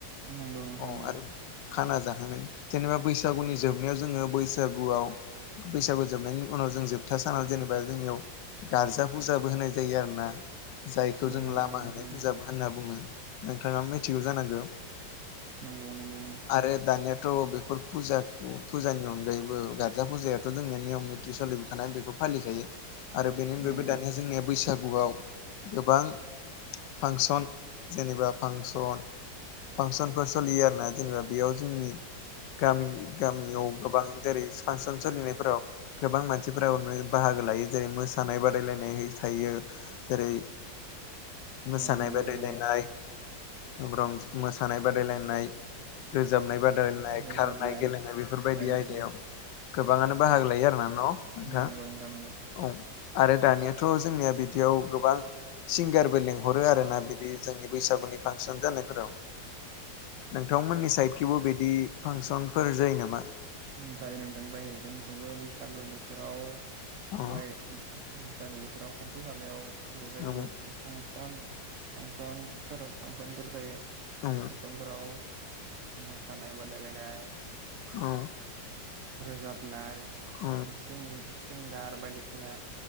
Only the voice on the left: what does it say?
अ
आरो खाना जाखांगोन जेनेबा बैसागुनि जोबनायाव जोङो बैसागुआव बैसागु जोबनायनि उनाव जों जोबथा सानाव जेनेबा जोंनियाव गारजा फुजाबो होनाय जायो आरो ना जायखौ
जों लामा
<unintelligible> होनना बुङो। नोंथाङा मिथिगौ जानांगौ।
आरो <unintelligible> बेफोर फुजा फुजानि अनगायैबो गारजा फुजायाथ' जोंनि नियम निथि सोलिबोखानाय बेखौ फालिखायो आरो बेनि अनगायैबो
दा बैसागुआव गोबां फांसन जेनेबा फांसन फांसनफोर सोलियो आरोना जेनेबा बेयाव जोंनि गामिनि गामियाव गोबां जेरै फांसन सोलिनायफोराव गोबां मानसिफोरानो बाहागो लायो। जेरै मोसानाय बादायलायनाय। थायो जेरै मोसानाय
बादायलायनाय
रं मोसानाय बादायलायनाय रोजाबनाय बाद दायलायनाय
खारनाय गेलेनाय बेफोरबायदि
आयदायाव गोबाङानो बाहागो लायो आरोना। नोंथां
औ आरो दानियाथ' जोंनिया बिदियाव गोबां सिंगारबो लेंहरो आरो ना बिदि जोंनि बैसागुनि फांसन जानायफोराव। नोंथांमोननि साइदखिबो बिदि फांसनफोर जायो नामा?
औ
औ
औ
औ।
औ